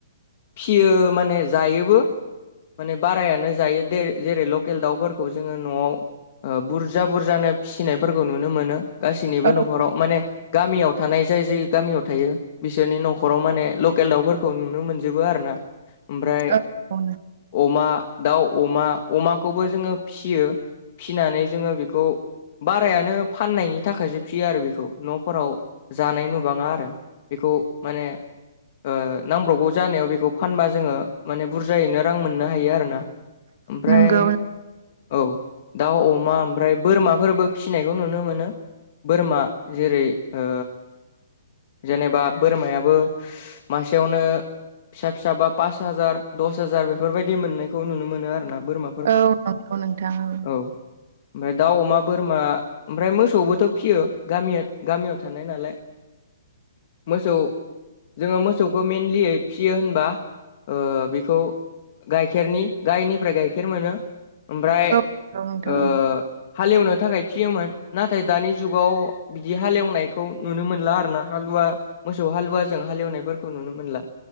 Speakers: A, on the left (about 35°); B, on the right (about 45°).
A: फिसियो माने जायोबो। माने बारायानो जायो दे जेरैय लकेल दाउफोरखौ जोंङो न'आव बुरजा बुरजानो फिसिनायफोरखौ नुनो गासैनिबो
B: औ
A: न'खराव माने गामियाव' थानाय जाय जाय गामियाव थायो बिसोरनि न'खराव माने लकेल दाउफोरखौ नुनो मोनजोबो आरो ना। ओमफ्राय
B: औ औ
A: अमा दाउ अमा अमाखौबो जोंङो फिसियो फिसिनानै जोंङो बेखौव बारायानो फाननायनि थाखायसो फिसियो आरो बेखौ न'फोराव जानाय नुबांङा आरो। बेखौ माने ओ नांब्रबगौ जानायाव बेखौ फानबा जोंङो माने बुरजायैनो रां मोननो हायो आरो ना।
B: <inaudible>
A: ओमफ्राय
B: औ
A: औव। दाउ अमा ओमफ्राय बोरमाफोरबो फिसिनायखौ नुनो मोनो। बोरमा जेरै ओ जेनेबा बोरमायाबो। मासेयावनो। फिसा फिसा बा पास हाजार दस हाजार बेफोरबायाददि मोननायखौ नुनो मोनो आरोना बोरमा।
B: औ नंगौ नोंथां।
A: औव ओमफ्राय दाउ अमा बोरमा। ओमफ्राय मोसौबोथ' फियो गामि गामियाव थानाय नालाय। मोसौव। जोंङो मोसौखौ मेनलि फियो होनबा ओ बेखौ गायखेरनि गायनिफ्राय मोनो ओमफ्राय
B: औव नोंथां
A: ओ
B: औव।
A: हालेवनो थाखाय फियोमोन। नाथाय दानि जुगाव बिदि हालेवनायखौ नुनो मोनला आरोना हालुवा। मोसौ हालुवाजों हालेवनायफोरखौ नुनो मोनला